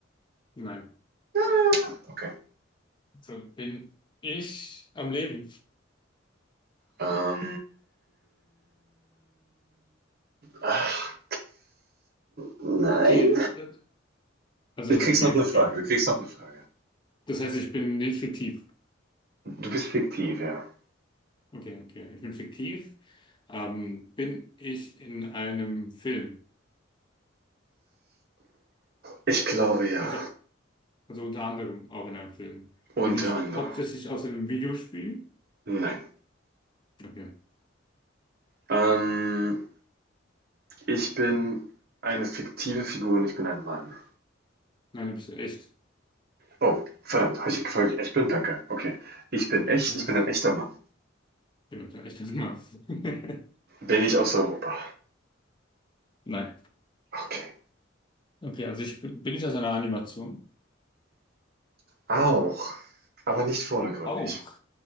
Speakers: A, on the left; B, on the right.
A: nein.
B: Ja. Okay.
A: So bin ich am Leben.
B: Ähm, ach, nein.
A: Okay, äh, also
B: Du kriegst
A: okay,
B: noch eine Frage,
A: okay.
B: du kriegst noch eine Frage.
A: Das heißt, ich bin nicht fiktiv.
B: Du bist fiktiv, ja.
A: Okay, okay. Ich bin fiktiv. Ähm, bin ich in einem Film?
B: Ich glaube ja.
A: Also, also unter anderem auch in einem Film.
B: Unter
A: Bin ich
B: anderem.
A: hauptsächlich aus einem Videospiel?
B: Nein.
A: Okay.
B: Ähm, ich bin eine fiktive Figur und ich bin ein Mann.
A: Nein, du bist ja echt.
B: Oh, verdammt, habe ich gefragt, ich echt bin? Danke. Okay. Ich bin
A: Ja,
B: echt,
A: <laughs> Genau,
B: ich
A: ja.
B: bin ein echter Mann.
A: Bin doch ein echter Mann. <laughs>
B: Bin ich aus Europa?
A: Nein.
B: Okay.
A: Okay, also ich bin bin ich aus einer Animation?
B: Auch. Aber nicht vordergründig.
A: Auch.